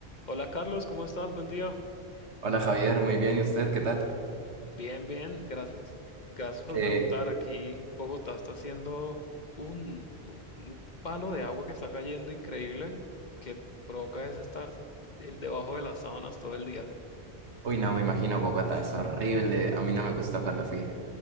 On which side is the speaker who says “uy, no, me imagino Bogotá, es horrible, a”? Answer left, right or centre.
Right